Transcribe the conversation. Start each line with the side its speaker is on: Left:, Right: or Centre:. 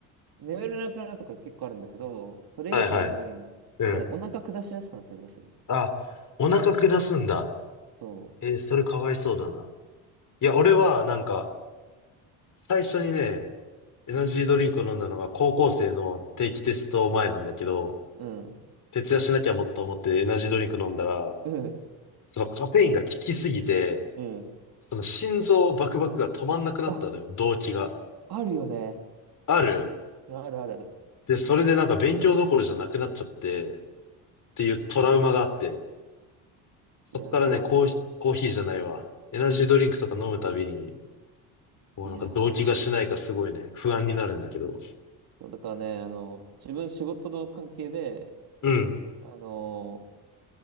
Right: 眠れなくなるとか結構あるんだけど、それ以上に、
Left: はいはい。うん。
Right: なんかね、お腹下しやすくなったりとかする。
Left: あ、お腹下すんだ。
Right: そ
Left: えーそれかわいそうだな。いや、俺はなんか、最初にね、エナジードリンクを飲んだのが高校生の定期テスト前なんだけど、
Right: う。うん。
Left: 徹夜しなきゃもっと思ってエナジードリンク飲んだら、
Right: うん。
Left: そのカフェインが効きすぎて、
Right: うん。
Left: その心臓バクバクが止まんなくなったのよ、
Right: あ、
Left: 動悸が。
Right: あるよね。
Left: ある
Right: あるあるある。
Left: で、それでなんか勉強どころじゃなくなっちゃって、っていうトラウマがあって、そっからね、
Right: いや、そう。
Left: コーヒー、コーヒーじゃないわ。エナジードリンクとか飲むたびに、もうなんか動悸がしないかすごいね、
Right: いや、
Left: 不安になるんだけど。
Right: そう、だからね、あの、自分仕事の関係で、
Left: うん。
Right: あの、